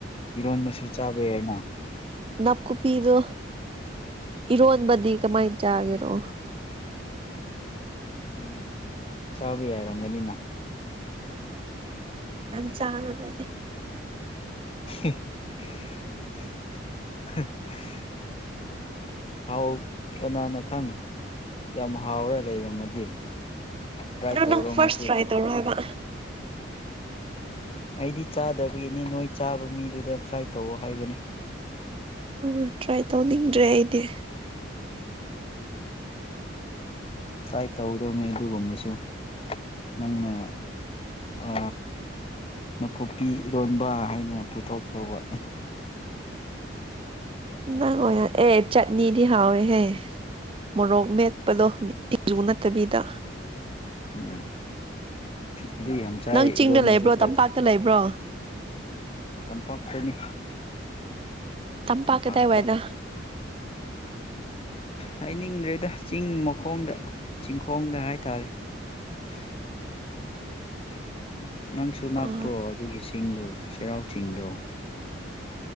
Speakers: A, on the left; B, on the right.
A: ꯏꯔꯣꯟꯗꯨꯁꯨ ꯆꯥꯕ ꯌꯥꯏꯅ
B: ꯅꯥꯞꯀꯨꯞꯄꯤꯗꯣ ꯏꯔꯣꯟꯕꯗꯤ ꯀꯃꯥꯏꯅ ꯆꯥꯒꯦꯔꯣ
A: ꯎ ꯆꯥꯕ ꯌꯥꯔꯝꯒꯅꯤꯅ
B: ꯑ ꯆꯅꯗ
A: <unintelligible> ꯍꯥꯎ ꯀꯅꯥꯅ ꯈꯪ ꯌꯥꯝ ꯍꯥꯎꯔ ꯂꯩꯔꯝꯃꯗꯤ ꯇ꯭ꯔꯥꯏ
B: ꯑꯗꯨꯣ
A: ꯇꯧꯔꯣ
B: ꯅꯪ ꯐꯥꯔꯁ
A: ꯉꯁꯤ
B: ꯇ꯭ꯔꯥꯏ ꯇꯧꯔꯣ ꯍꯥꯏꯕ
A: ꯑꯩꯗꯤ ꯆꯥꯗꯕꯒꯤꯅꯤ ꯅꯣꯏ ꯆꯥꯕ ꯃꯤꯗꯨꯗ ꯇ꯭ꯔꯥꯏ ꯇꯧꯑꯣ ꯍꯥꯏꯕꯅꯤ
B: ꯑ ꯇ꯭ꯔꯥꯏ ꯇꯧꯅꯤꯡꯗ꯭ꯔꯦ ꯑꯩꯗꯤ
A: ꯇ꯭ꯔꯥꯏ ꯇꯧꯗꯧꯅꯦ ꯑꯗꯨꯒꯨꯝꯕꯁꯨ ꯅꯪꯅ ꯑ ꯅꯥꯀꯨꯞꯄꯤ ꯏꯔꯣꯟꯕ ꯍꯥꯏꯅ ꯄꯨꯊꯣꯛꯈ꯭ꯔꯕ
B: ꯅꯪ ꯑꯣꯏꯅ ꯑꯦ ꯆꯠꯅꯤꯗꯤ ꯍꯥꯎꯋꯦꯍꯦ ꯃꯣꯔꯣꯛ ꯃꯦꯠꯄꯗꯣ <unintelligible> ꯅꯠꯇꯕꯤꯗ
A: ꯎꯝ ꯑꯗꯨ ꯌꯥꯝ ꯆꯥꯔ
B: ꯅꯪ ꯆꯤꯡꯗ
A: ꯏꯔꯣꯟꯕꯁꯨ
B: ꯂꯩꯕ꯭ꯔꯣ
A: ꯇ꯭ꯔꯥꯏꯇ
B: ꯇꯝꯄꯥꯛꯇ ꯂꯩꯕ꯭ꯔꯣ
A: ꯇꯝꯄꯥꯛꯇꯅꯤ
B: ꯇꯝꯄꯥꯛ
A: ꯇꯝꯄꯥꯛꯇ
B: ꯀꯗꯌꯋꯥꯏꯗ
A: ꯍꯥꯏꯅꯤꯡꯗ꯭ꯔꯦꯗ ꯆꯤꯡ ꯃꯈꯣꯡꯗ ꯆꯤꯡꯈꯣꯡꯗ ꯍꯥꯏꯇꯥꯔꯦ <unintelligible> ꯅꯪꯁꯨ ꯅꯥꯛꯄ꯭ꯔꯣ
B: ꯑ
A: ꯑꯗꯨꯒꯤ ꯆꯤꯡꯗꯣ ꯆꯩꯔꯥꯎ ꯆꯤꯡꯗꯣ